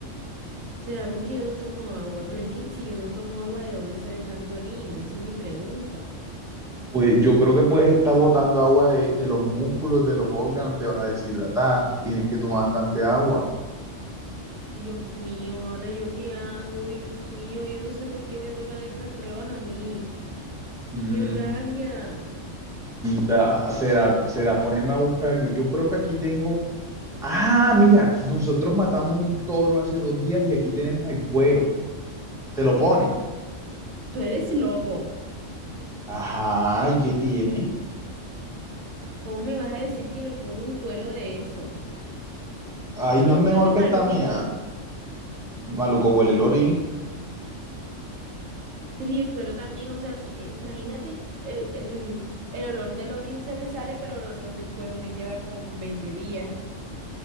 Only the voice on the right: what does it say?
¿Será porque yo no tomo agua? Pero es que si yo no tomo agua, ¿de dónde sale tanto orín? Esa es mi pregunta.
¿Ah?
Dios mío, ahora yo qué hago, Dios mío, yo no sé por qué me tocan estas pruebas a mí.
¡Qué rabia!
Tú eres loco.
¿Cómo me vas a decir que me ponga un cuero de eso?
Eso
no
huele
maluco.
Pero y el cuero también, o sea, es- eh, imagínate, el, el, el olor del orín se me sale, pero el olor del cuero me queda como por 20 días.